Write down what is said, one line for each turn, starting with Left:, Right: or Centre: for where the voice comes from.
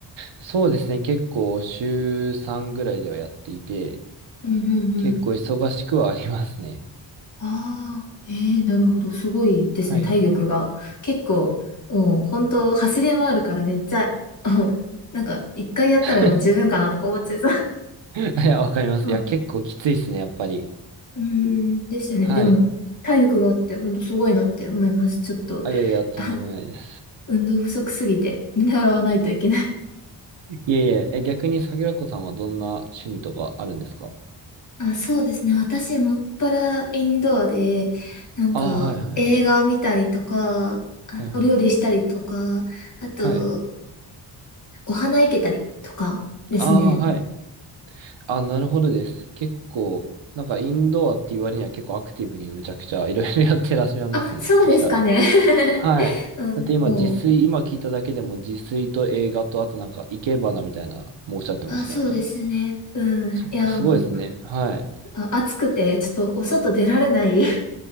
Right: そうですね。結構週3ぐらいではやっていて、
Left: んう
Right: 結構忙しくはありますね。
Left: んああ、ええなるほど。すごいですね、
Right: はい。
Left: 体力が。結構、もう本当走り回るからめっちゃ、もうなんか一回やったらもう十分かなとか思っちゃいそう。
Right: <laughs> いや、わかります。
Left: あ、
Right: いや、結構きついですね、やっぱり。
Left: うーん、ですよね。
Right: はい。
Left: でも、体力があって本当すごいなって思います。ちょっと、
Right: あ、いやいや、とんでもないです。
Left: <laughs> あ運動不足すぎて見習わないといけない。
Right: いえいえ、え、逆に桜子さんはどんな趣味とかあるんですか
Left: あ、そうですね。私、もっぱらインドアで、なんか映画見たりとか、
Right: ああ、はいはいはい。
Left: あお料理したりとか、
Right: はいはいはい。
Left: あと、
Right: はい。
Left: お花いけたりとかですね。
Right: ああ、はい。あ、なるほどです。結構、なんかインドアっていう割には結構アクティブにむちゃくちゃいろいろやってらっしゃいますね。
Left: あ、そうですかね。
Right: そしたら。
Left: <laughs>
Right: はい。
Left: うん、
Right: だって今、
Left: もう、
Right: 自炊、今聞いただけでも自炊と映画と、あとなんか、生け花みたいな、もうおっしゃってましたよね。
Left: あ、そうですね。うん。
Right: そっか、
Left: いや、
Right: すごいですね。
Left: も
Right: はい。
Left: う、あ、暑くて、ちょっとお外出られない <laughs>